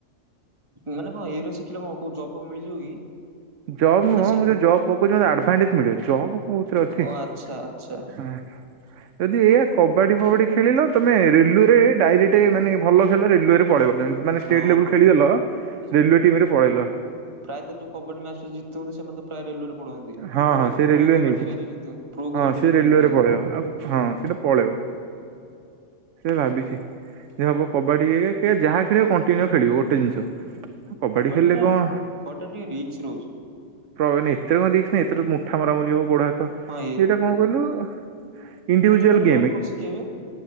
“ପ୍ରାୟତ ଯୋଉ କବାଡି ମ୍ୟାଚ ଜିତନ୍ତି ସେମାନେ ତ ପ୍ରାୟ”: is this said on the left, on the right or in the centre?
Right